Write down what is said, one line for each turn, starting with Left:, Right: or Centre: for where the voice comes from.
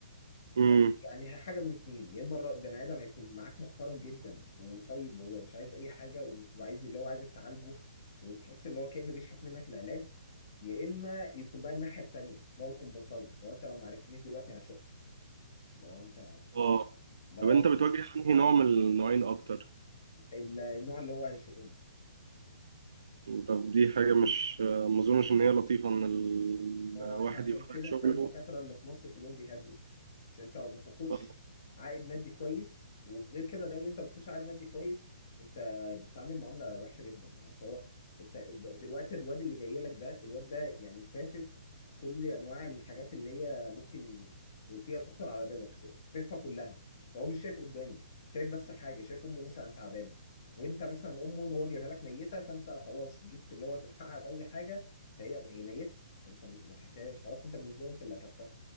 Right: امم
Left: ف يعني هي حاجه من اتنين يا اما الر- بني ادم هيكون معاك محترم جدا وطيب وهو مش عايز اي حاجه وعايز اللي هو عايزك تعالجه وتحس اللي هو كانه بيشحت منك العلاج يا اما يكون بقى الناحيه التانيه لو يكون بلطجي لو انت لو ما عرفتنيش دلوقتي انا هشق لو انت
Right: اه
Left: لو
Right: طب انت
Left: أنا-
Right: بتواجه انهي نوع من النوعين اكتر
Left: ال- النوع اللي هو هيشقني
Right: طب دي حاجة مش آه، ما اظنش ان هي لطيفة ان
Left: ما هو
Right: الواحد
Left: انت عشان
Right: يبقى
Left: كده
Right: في شغله
Left: تلاقي الدكاتره اللي في مصر كلهم بيهاجروا عشان انت ما بتاخدش
Right: آه،
Left: عائد مادي كويس وغير كده غير ان انت ما بتاخدش عائد مادي كويس انت بتتعامل معامله وحشه جدا يعني سواء انت دلوقتي الواد اللي جاي لك ده الواد ده يعني سافف كل انواع الحاجات اللي هي ممكن تيجي تخطر على بالك س- ساففها كلها فهو مش شايف قدامه شايف بس حاجه شايف امه مثلا تعبانه وانت مثلا امه اللي هو جايبها لك ميته فانت خلاص جيت اللي هو تلحقها باي حاجه فهي هي ميته انت مش ما لحقتهاش خلاص انت بالنسبه له انت اللي قتلتها